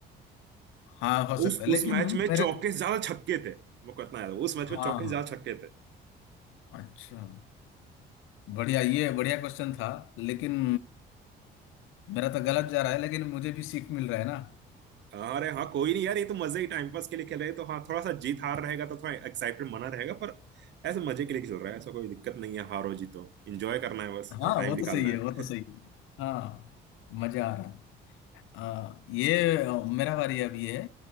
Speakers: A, on the left; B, on the right.
A: हाँ हो सकता
B: उस
A: है लेकिन
B: उस मैच में चौके
A: मेरे
B: से ज्यादा छक्के थे मेरे को इतना याद है उस मैच में
A: हाँ
B: चौके से ज्यादा छक्के थे
A: अच्छा बढ़िया ये बढ़िया क्वेश्चन था लेकिन मेरा तो गलत जा रहा है लेकिन मुझे भी सीख मिल रहा है ना
B: हाँ अरे हाँ कोई नहीं यार ये तो मजे ही टाइम पास के लिए खेल रहे हैं तो हाँ थोड़ा सा जीत हार रहेगा तो थोड़ा एक्साइटमेंट बना रहेगा पर ऐसे मजे के लिए खेल रहा है ऐसा कोई दिक्कत नहीं है हार हो जीतो एंजॉय करना है बस
A: हाँ
B: और टाइम
A: वो
B: निकालना
A: तो सही है वो तो
B: है
A: सही है हाँ मजा आ रहा है अ, ये अ, मेरा बारी अभी है